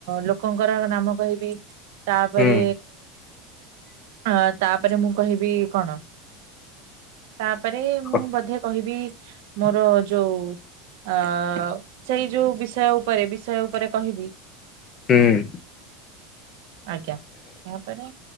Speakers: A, on the right; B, on the left.
A: ଲୋକଙ୍କର ନାମ କହିବି ତା। ତାପରେ
B: ହୁଁ
A: ଅ ତାପରେ ମୁଁ କହିବି କଣ। ତାପରେ ମୁଁ
B: କ-
A: ବୋଧେ କହିବି। ମୋର ଯୋଉ ଅ ସେଇ ଯୋଉ ବିଷୟ ଉପରେ ବିଷୟ ଉପରେ କହିବି।
B: ହୁଁ।
A: ଆଜ୍ଞା। ତାପରେ